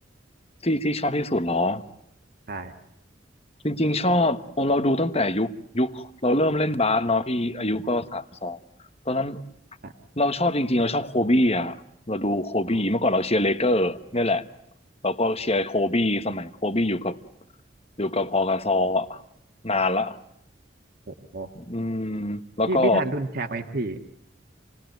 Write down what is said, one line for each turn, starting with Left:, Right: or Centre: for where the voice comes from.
Left: ที่ที่ชอบที่สุดเหรอ
Right: ใช่
Left: จริงๆชอบโอเราดูตั้งแต่ยุคยุคเราเริ่มเล่นบาสเนาะพี่อายุก็สามสองตอนนั้น
Right: อ่ะ
Left: เราชอบจริงๆเราชอบโคบี้อ่ะเราดูโคบี้เมื่อก่อนเราเชียร์เลเกอร์เนี่ยแหละ
Right: อ๋อ
Left: เราก็เชียร์โคบี้สมัยโคบี้อยู่กับอยู่กับพอกาซออะนานละ
Right: โอ้โห
Left: อืมแล้วก็
Right: พี่พี่ทันรุ่นแชกไหมพี่